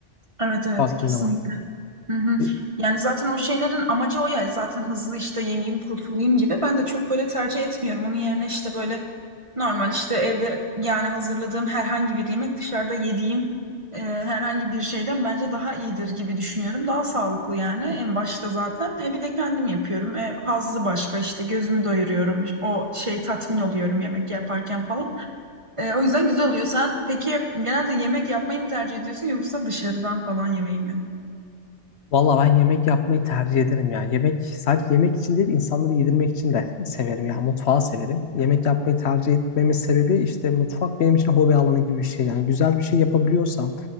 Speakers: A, on the right; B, on the left.
A: Evet evet
B: baktığın
A: kesinlikle.
B: zaman.
A: Hı hı.
B: E,
A: Yani zaten o şeylerin amacı o ya zaten hızlı işte yemeyeyim kurtulayım gibi. Ben de çok böyle tercih etmiyorum. Onun yerine işte böyle Normal işte evde yani hazırladığım herhangi bir yemek dışarıda yediğim e, herhangi bir şeyden bence daha iyidir gibi düşünüyorum. Daha sağlıklı yani en başta zaten. E, bir de kendim yapıyorum. E, hazzı başka işte gözümü doyuruyorum. O şey tatmin oluyorum yemek yaparken falan. E, o yüzden güzel oluyor. Sen peki genelde yemek yapmayı mı tercih ediyorsun yoksa dışarıdan falan yemeği mi?
B: Valla ben yemek yapmayı tercih ederim ya. Yemek sadece yemek için değil insanları yedirmek için de severim ya. Mutfağı severim. Yemek yapmayı tercih etmemin sebebi işte mutfak benim için hobi alanı gibi bir şey. Yani güzel bir şey yapabiliyorsam